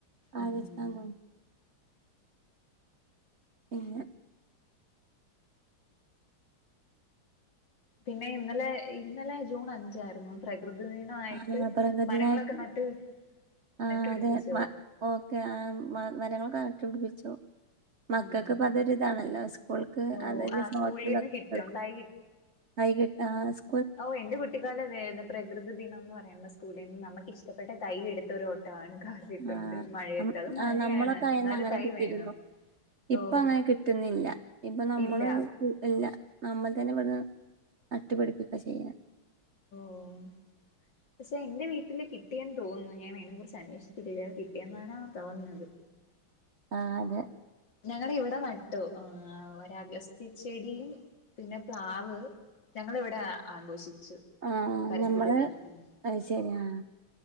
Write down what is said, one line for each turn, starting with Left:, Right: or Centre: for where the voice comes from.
Left: ഉം
Right: ആലോയ്ച്ച്
Left: ഉം
Right: കാണ്ടാവും ഇല്ല്യ
Left: പിന്നെ ഇന്നലെ ഇന്നലെ ജൂൺ അഞ്ചായിരുന്നു പ്രകൃതി ദിനമായിട്ട്
Right: ആ പ്രകൃതിദായിട്ട്
Left: മരങ്ങളൊക്കെ നട്ട്
Right: ആഹ്
Left: നട്ട്പിടിപ്പിച്ചോ
Right: അതെ മ ഓക്കെ ആഹ് മരങ്ങളൊക്കെ നാട്ട് പിടിപ്പിച്ചു മക്കക്ക്
Left: ഉം ഉം
Right: ഇപ്പൊ അതൊരു ഇതാണല്ലോ ഓൽക്ക്
Left: ഓ
Right: അതിന്റെ
Left: ആ
Right: <unintelligible>
Left: സ്കൂളീന്ന് കിട്ടും
Right: ഇട്ക്കും
Left: തൈ
Right: വൈകീ ആഹ് സ്
Left: ഔ എന്റെ കു കുട്ടികാലം അതായിരുന്നു പ്രകൃതി ദിനം എന്ന് പറയുമ്പോ സ്‌കൂളിന്ന് നമക്ക് ഇഷ്ടപ്പെട്ട തയ്യ് എട്ത്തൊരോട്ടമാണ് ക്ലാ വിട്ടുണ്ട്
Right: ആഹ്
Left: മഴയത്ത് അതും മഴയാണ്
Right: ആഹ് നമ്മളൊക്കെ ആയന്ന്
Left: ന്നാലും
Right: അങ്ങനെ
Left: തൈ
Right: കിട്ടിയിരുന്നു.
Left: വേണം
Right: ഇപ്പ
Left: ഓ
Right: അങ്ങനെ കിട്ട്ന്നില്ല ഇപ്പൊ നമ്മള്
Left: ഇല്ല
Right: സ്‌കൂള് ഇല്ല നമ്മൾ തന്നെ ഇവട്ന്ന് നട്ട്പിടിപ്പിക്കാ ചെയ്യ്ണെ
Left: ഓം പക്ഷേ എന്റെ വീട്ട്ല് കിട്ടിയെന്ന് തോന്നുന്നു ഞാൻ അയ്നെ കുറിച്ച് അന്വേഷിച്ചിട്ടില്ല കിട്ടിയെന്നാണാ തോന്ന്ന്നത്
Right: ആഹ് അതെ
Left: ഞങ്ങടെ ഇവിടെ നട്ടു എഹ് ഒര് അഗസ്ത്തി ചെടിയും പിന്നെ പ്ലാവ് ഞങ്ങള് ഇവിടെ ആഘോഷിച്ചു
Right: ആഹ്
Left: പരിസ്ഥിതിദിനം
Right: ഞമ്മള്
Left: ഉം ഉം
Right: അത് ശരി ആഹ് ആഹ്